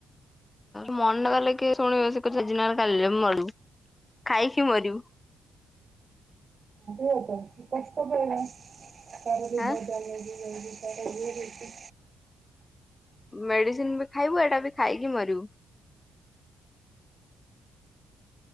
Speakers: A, on the left; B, on the right.
A: ମନ କଲେ କିଏ ଶୁଣିବ ସେ କଥା ସିନା <unintelligible> ମରିବୁ ଖାଇକି ମରିବୁ।
B: ହୁଏତ ସେ କଷ୍ଟ ପାଇଲା। <unintelligible>
A: ଆଁ
B: ଛି
A: ମେଡିସିନ୍ ବ ଖାଇବୁ ଏଟା ବି ଖାଇକି ମରିବୁ।